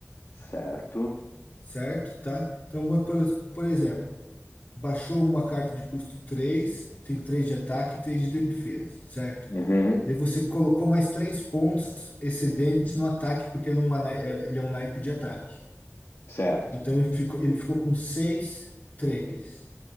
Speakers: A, on the left (about 75°); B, on the left (about 45°).
A: Certo.
B: certo? Tá? Então, mo- por, por exemplo, baixou uma carta de custo 3, tem 3 de ataque e 3 de defesa, certo?
A: Uhum.
B: Daí você colocou mais 3 pontos excedentes no ataque, porque ele é um, ana- é- ele é um naipe de ataque.
A: Certo.
B: Então, ele ficou, ele ficou com 6, 3,